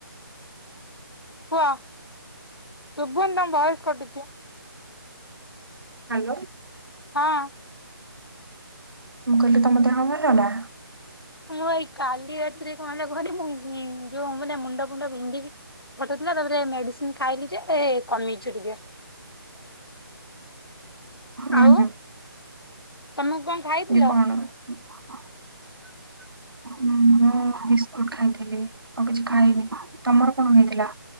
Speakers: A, on the left; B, on the right.
A: କୁହ ଶୁଭୁନି ତମ ଭୟସ କଟୁଛି।
B: ହାଲୋ
A: ହଁ ଅଁ
B: ମୁଁ କହିଲି ତମ ଦେହ ଭଲ ହେଲା?
A: ହଁ ଏଇ କାଲି ରାତିରେ କଣ ହେଲା କୁହନି ମୁଁ ଯୋଉ ହବ ମୁଣ୍ଡ ମୁଣ୍ଡ ବିନ୍ଧି ଫଟଉଥିଲା, ତାପରେ ମେଡିସିନ ଖାଇଲି ଯେ କମେଇଛି ଟିକେ।
B: <inaudible>
A: ଆଉ
B: ହୁଁ
A: ତମକୁ କଣ? ଖାଇଥିଲ?
B: <unintelligible> ହଁ ମୁଁ ବିସ୍କୁଟ ଖାଇଥିଲି ଆଉ କିଛି ଖାଇନି, ତମର କଣ ହେଇଥିଲା?